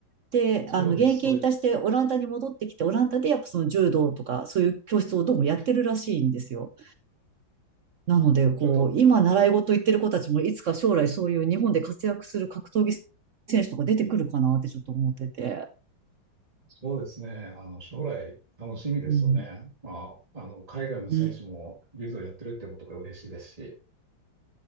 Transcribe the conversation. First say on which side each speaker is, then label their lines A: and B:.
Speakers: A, on the right; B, on the right.
A: で、
B: そうです。
A: あの、現役引退してオランダに戻ってきて、
B: そういう、
A: オランダでやっぱその柔道とか、そういう教室をどうもやってるらしいんですよ。なので、こう、
B: ちょっと
A: 今習い事行ってる子たちも、いつか将来そういう日本で活躍する格闘技選手とか出てくるかなってちょっと思ってて。
B: そうですね。あの、将来楽しみですよね。
A: うん。
B: まあ、あの、海外の選手も柔道やってるってことが嬉しいですし。
A: うん。